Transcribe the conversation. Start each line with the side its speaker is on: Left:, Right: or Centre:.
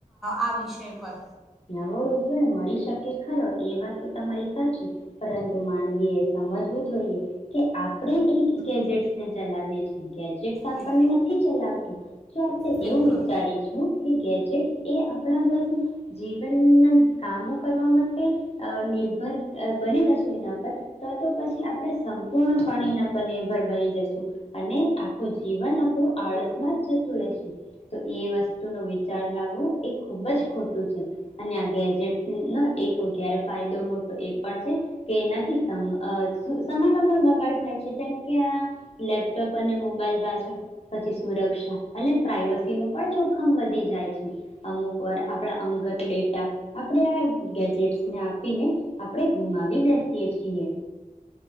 Centre: આ વિષય પર
Left: નવો રોજગાર મળી શકે ખરો એ વાત તો તમારી સાચી પરંતુ માનવી એ સમજવું જોઈએ કે આપણે એ ગેજેટ ને ચલાવીએ છીએ ગેજેટ્સ આપણને
Centre: બિલ
Left: નથી ચલાવતા હ <inaudible> જો આપણે
Centre: બિલકુલ
Left: એવું વિચારીશું કે ગેજેટ એ આપણા બસ જીવનના કામો કરવા માટે અ નિર્ભર બની જશું એના પર તો તો પછી આપણે સંપૂર્ણપણે એના પર નિર્ભર બની જશું અને આખું જીવન આપણું આળસમાં જ જતું રહેશે તો એ વસ્તુનો વિચાર લાવવો એ ખૂબ જ ખોટું તો છે એને આ ગેજેટ ની નો ઘેર ફાયદો મોટો એ પણ છે કે એનાથી સમ અહ સમયનો પણ બગાડ થાય છે જેમ કે આ લેપટોપ અને મોબાઈલ પાછળ પછી સુરક્ષા અને પ્રાઈવસી નું પણ જોખમ વધી જાય છે અમુક વાર આ તા અંગત લેટા આપણે આ ગેજેટ્સ ને આપીને આપડે ગુમાવી બેસીએ છીએ.